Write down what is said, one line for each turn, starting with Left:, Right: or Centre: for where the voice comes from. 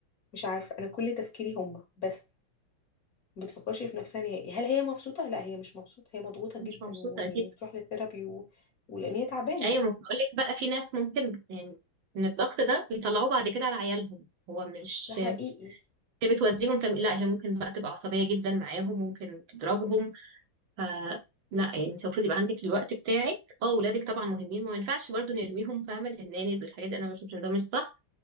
Left: مش عارفه انا كل تفكيري هما بس ما بتفكرش في نفسها نهائي هل هي مبسوطه لا هي مش مبسوطه هي مضغوطه جدا
Right: مش مبسوطه
Left: ويعني
Right: اكيد
Left: بتروح للثيرابي و... ولان هي تعبانه
Right: ايوه ما بقول لك بقى في ناس ممكن يعني ان الضغط ده بيطلعوه بعد كده على عيالهم هو مش
Left: ده حقيقي
Right: هي بتوديهم تم... لا هي ممكن بقى تبقى عصبية جدا معاهم ممكن تضربهم ف لا يعني انت المفروض يبقى عندك الوقت بتاعك اه ولادك طبعا مهمين ما ينفعش برضو نرميهم فاهمه للنانيز والحاجات دي انا بشوف ان ده مش صح